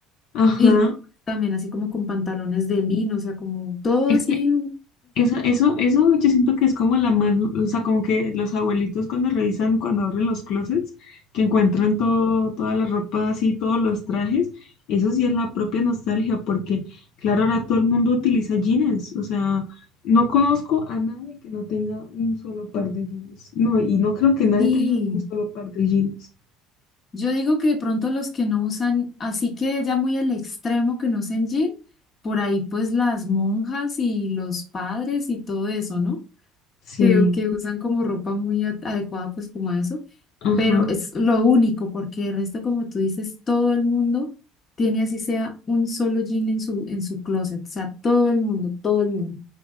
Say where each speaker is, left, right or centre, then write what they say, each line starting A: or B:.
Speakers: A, on the left; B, on the left.
A: Ajá.
B: Y los hombres también así como con pantalones de lino, o sea, como todo
A: Es
B: así,
A: que
B: mm,
A: Eso, eso, eso yo siento que es como la más, o sea, como que los abuelitos cuando revisan, cuando abren los closets, que encuentran todo, toda la ropa así, todos los trajes, eso sí es la propia nostalgia, porque claro, ahora todo el mundo utiliza jeans, o sea, no conozco a nadie que no tenga un solo par de jeans, no, y no creo que nadie
B: sí,
A: tenga un solo par de jeans.
B: Yo digo que de pronto los que no usan, así que ya muy el extremo que no usen jean, por ahí pues las monjas y los padres y todo eso, ¿no?
A: Sí,
B: Que, que usan como ropa muy a- adecuada pues como a eso,
A: ajá,
B: pero es lo único, porque el resto, como tú dices, todo el mundo tiene así sea un solo jean en su, en su closet, o sea, todo el mundo, todo el mundo,